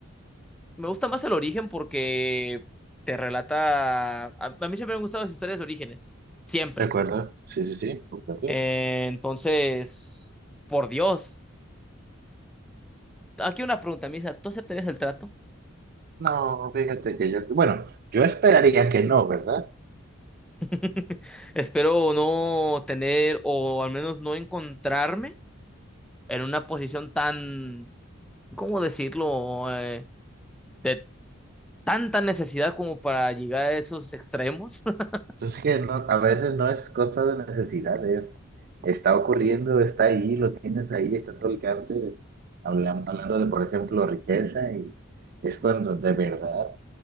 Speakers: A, in the centre; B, on the right (about 45°).
A: me gusta más el origen porque te relata... A, a mí siempre me han gustado las historias de orígenes, siempre
B: ¿de acuerdo? Sí, sí, sí. ok.
A: Eh, entonces, por Dios. Aquí una pregunta, Misa, ¿tú aceptarías el trato?
B: No, fíjate que yo, bueno, yo esperaría que no, ¿verdad?
A: <laughs> Espero no tener o al menos no encontrarme en una posición tan, ¿cómo decirlo? Eh, de tanta necesidad como para llegar a esos extremos. <laughs>
B: Entonces que no, a veces no es cosa de necesidad, es, está ocurriendo, está ahí, lo tienes ahí, está a tu alcance. Hablam- hablando de, por ejemplo, riqueza, y es cuando de verdad